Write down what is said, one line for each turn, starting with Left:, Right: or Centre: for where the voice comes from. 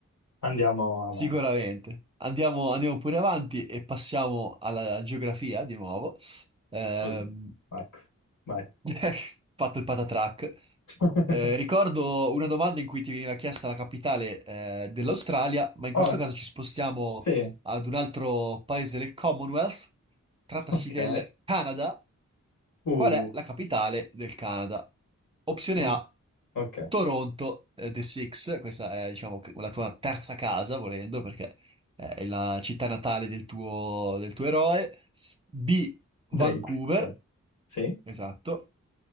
Left: Andiamo avanti.
Right: sicuramente. Andiamo, andiamo pure avanti e passiamo alla geografia di nuovo. Ehm,
Left: Oh, Ecco, vai.
Right: <laughs> fatto il patatrack.
Left: <laughs>
Right: Eh, ricordo una domanda in cui ti veniva chiesta la capitale, eh, dell'Australia, ma in
Left: Oh,
Right: questo caso ci spostiamo
Left: sì.
Right: ad un altro paese del Commonwealth. Trattasi
Left: Ok.
Right: del Canada.
Left: Uh,
Right: Qual è la capitale del Canada? Opzione
Left: oh,
Right: A,
Left: ok.
Right: Toronto, eh, The Six. Questa è, diciamo, la tua terza casa, volendo, perché è la città natale del tuo, del tuo eroe. B, Vancouver.
Left: Drake. cioè, Sì,
Right: Esatto